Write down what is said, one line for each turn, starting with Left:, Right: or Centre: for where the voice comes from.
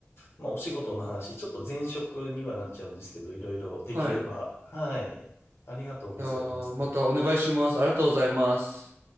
Left: まあ、お仕事の話、ちょっと前職にはなっちゃうんですけど、いろいろできれば、
Right: はい。い
Left: はい。ありがとうございます。
Right: やーまたお願いします。ありがとうございます。